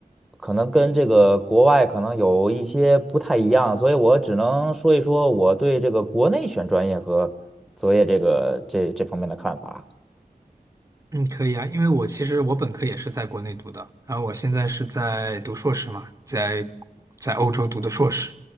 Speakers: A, in the centre; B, on the right.
A: 可能跟这个国外可能有一些不太一样，所以我只能说一说我对这个国内选专业和择业这个这这方面的看法。
B: 嗯，可以啊，因为我其实我本科也是在国内读的，然后我现在是在读硕士嘛，在在欧洲读的硕士。